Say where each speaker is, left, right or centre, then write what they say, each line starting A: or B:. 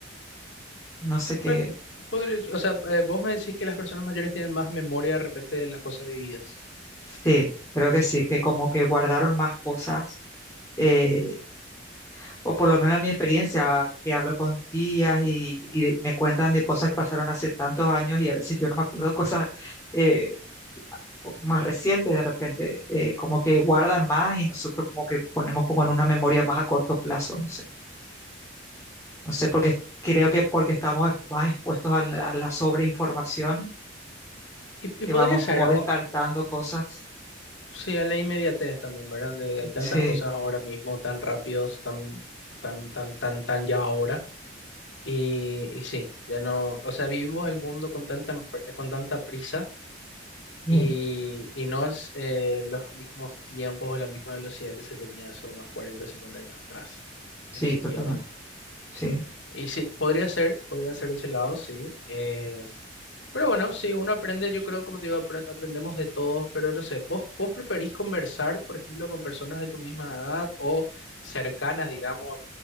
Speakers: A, on the left (about 15°); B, on the left (about 75°).
A: No sé qué.
B: Pues, podría- o sea, eh, vos me decís que las personas mayores tienen más memoria de repente de las cosas vividas.
A: Sí, creo que sí, que como que guardaron más cosas. eh, o por lo menos en mi experiencia, que hablo con tías y, y de- me cuentan de cosas que pasaron hace tantos años y a veces yo no me acuerdo <laughs> de cosas eh, o- más recientes de repente, eh, como que guardan más y nosotros como que ponemos como en una memoria más a corto plazo, no sé, no sé, porque creo que porque estamos más expuestos a la, a la sobreinformación,
B: Y,
A: que
B: y podría
A: vamos
B: ser,
A: como
B: o,
A: descartando cosas.
B: o sea, la inmediatez también, ¿verdad? De- hay tantas
A: Sí,
B: cosas ahora mismo, tan rápidos, tan, tan, tan, tan, tan ya ahora. Y, y sí, ya no, o sea, vivimos el mundo con tanta, pr- con tanta prisa
A: sí,
B: y, y no es eh, los mismos tiempos o la misma velocidad que se tenía hace unos 40 o 50 años atrás,
A: sí,
B: definitivamente.
A: totalmente, sí.
B: Y sí, podría ser, podría ser de ese lado, sí. Eh, pero bueno, sí, uno aprende, yo creo, como te digo, apre- aprendemos de todos, pero no sé, ¿vos, vos preferís conversar, por ejemplo, con personas de tu misma edad o cercanas, digamos,